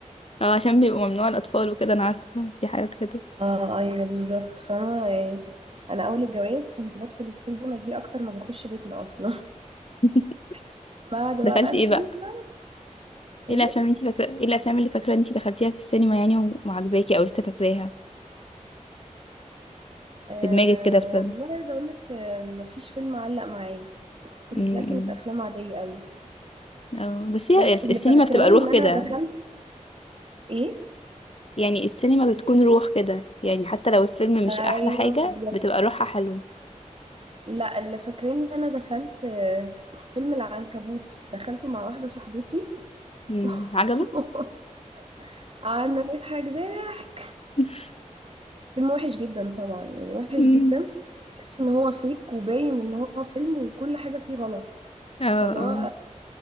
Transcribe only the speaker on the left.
اه عشان بيبقوا ممنوع الاطفال وكده انا عارفه في حاجات كده
<laughs>
دخلتي
ايه بقى ايه
الافلام انتي فاكره ايه الافلام اللي فاكره انتي دخلتيها في السينما يعني و- وعجباكي او لسه فاكراها
في دماغك كده الفيلم
امم أمم.
اه بس هي
السينما
بتبقى روح
كده
يعني السينما بتكون روح كده يعني حتى لو الفيلم مش
احلى حاجة
بتبقى روحها حلوة
امم
عجبك
<laughs>
مم.
اه
اه